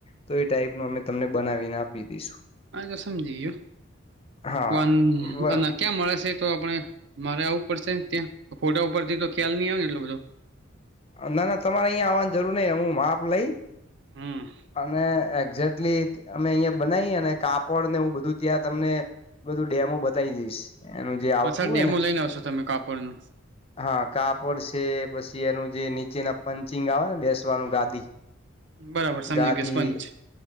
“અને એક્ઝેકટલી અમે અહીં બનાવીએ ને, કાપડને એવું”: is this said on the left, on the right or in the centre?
Left